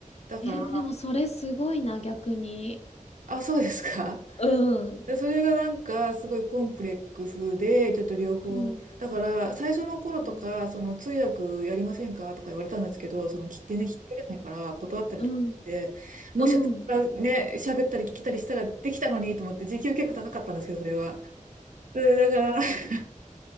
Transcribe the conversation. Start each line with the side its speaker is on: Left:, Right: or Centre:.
Right: だから
Left: えーでもそれすごいな、逆に。
Right: あそうですか
Left: うん。
Right: でそれがなんかすごいコンプレックスで、ちょっと両方。
Left: うん。
Right: だから最初の頃とか、
Left: うん。
Right: その通訳やりませんかとか言われたんですけど、その聞きね、聞き取れないから断ったりとかって、
Left: うん。
Right: もし私がね、
Left: うん。
Right: 喋ったり聞きたりしたらできたのにと思って、時給結構高かったんですけど、それは。うんだから、<laughs>